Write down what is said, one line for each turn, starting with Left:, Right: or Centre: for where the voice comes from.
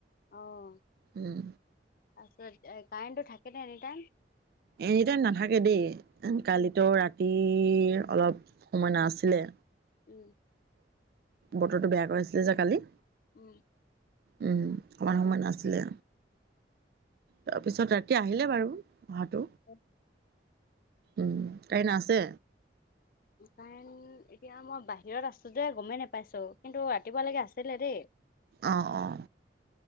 Left: অহ।
Right: উম।
Left: তাৰপিছত কাৰেণ্টটো থাকে ন এনি টাইম।
Right: এনি টাইম নাথাকে দেই কালিতো
Left: উম,
Right: ৰাতি,। অলপ সময় নাছিলে।
Left: উম।
Right: বতৰটো বেয়া কৰিছিলে যে কালি।
Left: উম।
Right: উম অকমাৰ সময় নাছিলে। তাৰপিছত ৰাতি আহিলে বাৰু অহাটো-।
Left: উ।
Right: উম কাৰেণ আছে।
Left: কাৰেণ এতিয়া মই বাহিৰত আছো যে গমেই নোপাইছো কিন্তু ৰাতিপুৱাৈকে আছিলে দেই।
Right: আহ অ।